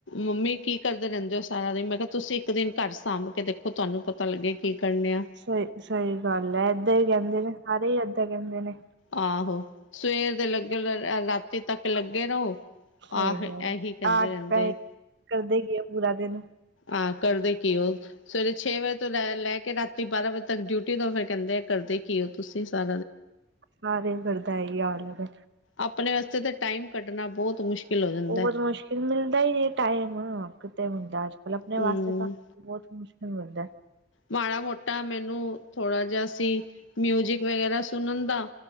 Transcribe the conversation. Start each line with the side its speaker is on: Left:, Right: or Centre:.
Left: ਮੰਮੀ ਕੀ ਕਰਦੇ ਰਹਿੰਦੇ ਓ ਸਾਰਾ ਦਿਨ, ਮੈਂ ਕਿਹਾ ਤੁਸੀਂ ਇੱਕ ਦਿਨ ਘਰ ਸਾਂਭ ਕੇ ਦੇਖੋ, ਤੁਹਾਨੂੰ ਪਤਾ ਲੱਗੇ ਕੀ ਕਰਨੇ ਆਂ।
Right: ਸਈ-ਸਈ ਗੱਲ ਐ, ਏਦਾਂ ਹੀ ਕਹਿੰਦੇ ਨੇ, ਸਾਰੇ ਹੀ ਏਦਾਂ ਕਹਿੰਦੇ ਨੇ।
Left: ਆਹੋ ਸਵੇਰ ਦੇ ਲੱਗੇ ਰਾਤੀ ਤੱਕ ਲੱਗੇ ਰਹੋ।
Right: ਸਈ
Left: ਆਹ ਇਹੀ
Right: ਗੱਲ
Left: ਕਹਿੰਦੇ
Right: <unintelligible>
Left: ਰਹਿੰਦੇ ਆ।
Right: ਕਰਦੇ ਕੀ ਓ ਪੂਰਾ ਦਿਨ
Left: ਆ ਕਰਦੇ ਕੀ ਓ? ਸਵੇਰੇ ਛੇ ਵਜੇ ਤੋਂ ਲੈ-ਲੈ ਕੇ ਰਾਤੀ ਬਾਰਾਂ ਵਜੇ ਤੱਕ ਡਿਊਟੀ ਦੋ ਫੇਰ ਕਹਿੰਦੇ ਕਰਦੇ ਕੀ ਓ ਤੁਸੀਂ ਸਾ
Right: ਸਾਰੇ ਘਰ ਦਾ ਇਹੀ ਹਾਲ ਐਗਾ।
Left: ਆਪਣੇ ਵਾਸਤੇ ਤਾਂ ਟਾਈਮ ਕੱਢਣਾ ਬਹੁਤ ਮੁਸ਼ਕਿਲ ਹੋ ਜਾਂਦਾ
Right: ਬਹੁਤ ਮੁਸ਼ਕਿਲ ਮਿਲਦਾ ਈ ਨੀ ਟਾਈਮ ਕਿਤੇ ਮਿਲਦਾ ਅੱਜ ਕੱਲ ਆਪਣੇ ਵਾਸਤੇ
Left: ਹੂੰ
Right: ਤਾਂ ਬਹੁਤ ਮੁਸ਼ਕਿਲ ਮਿਲਦੈ।
Left: ਮਾੜਾ ਮੋਟਾ ਮੈਨੂੰ ਥੋੜਾ ਜਿਹਾ ਸੀ ਮਿਊਜਿਕ ਵਗੈਰਾ ਸੁਣਨ ਦਾ